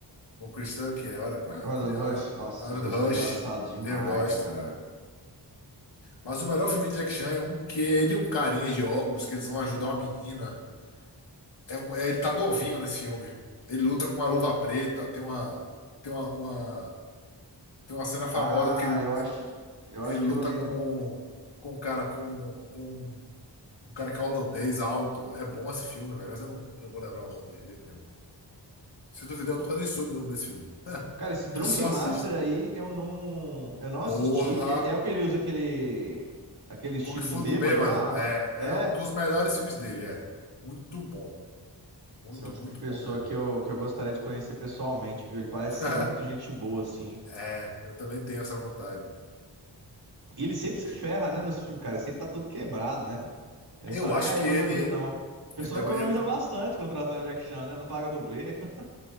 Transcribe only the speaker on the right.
Mas
o
Rush,
nossa,
os dois
são engraçados demais,
cara.
Ah,
eu acho, eu
acho que
eu lembro.
Cara, esse Drunken
Master
aí eu não, eu não assisti.
É, é o que ele usa aquele, aquele estilo
do bêbado
lá?
É.
Você é um tipo
de pessoa
que eu, que eu gostaria de conhecer pessoalmente, viu? Ele parece
ser muito gente boa, assim.
E ele sempre se
ferra, né, nos filmes, cara. Ele sempre tá todo quebrado, né? Ele não
tá nem
aí
pra
dublê, não. O pessoal
economiza
bastante contratando Jack Chan, né? Não paga dublê. <laughs>